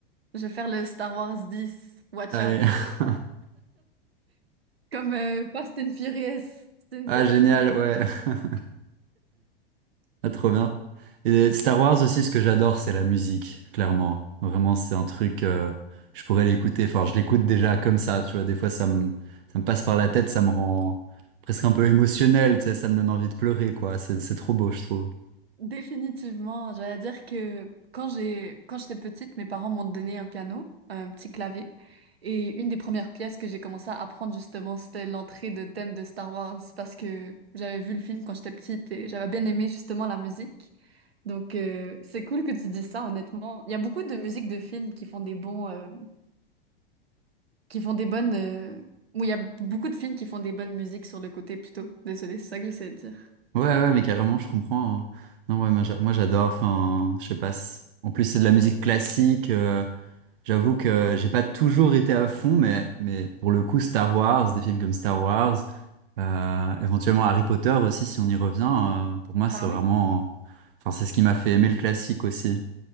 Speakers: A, on the right; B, on the right.
A: Je vais faire le Star Wars 10. Watch
B: Allez.
A: out.
B: <laughs>
A: Comme euh, Fast and Furious. C'est une
B: Ah,
A: série
B: génial,
A: qui m'a...
B: ouais. <laughs> Ah, trop bien. Et Star Wars aussi, ce que j'adore, c'est la musique, clairement. Vraiment, c'est un truc, euh, je pourrais l'écouter. Enfin, je l'écoute déjà comme ça, tu vois. Des fois, ça me, ça me passe par la tête, ça me rend presque un peu émotionnel, tu sais, ça me donne envie de pleurer, quoi. C'est, c'est trop beau, je trouve.
A: Définitivement, j'allais dire que quand j'ai quand j'étais petite, mes parents m'ont donné un piano, un petit clavier, et une des premières pièces que j'ai commencé à apprendre justement, c'était l'entrée de thème de Star Wars parce que j'avais vu le film quand j'étais petite et j'avais bien aimé justement la musique. Donc euh, c'est cool que tu dis ça, honnêtement. Il y a beaucoup de musiques de films qui font des bons, euh, qui font des bonnes, euh, ou il y a beaucoup de films qui font des bonnes musiques sur le côté plutôt. Désolée, c'est ça que j'essaie de dire.
B: Ouais, ouais, mais carrément, je comprends. hein. Non, ouais, moi j'a- moi, j'adore. Enfin, je sais pas. c'est- En plus, c'est de la musique classique. euh, J'avoue que j'ai pas toujours été à fond, mais, mais pour le coup, Star Wars, des films comme Star Wars, euh, éventuellement Harry Potter aussi, si on y revient, euh, pour moi, c'est
A: Ah
B: vraiment,
A: oui?
B: enfin, c'est ce qui m'a fait aimer le classique aussi.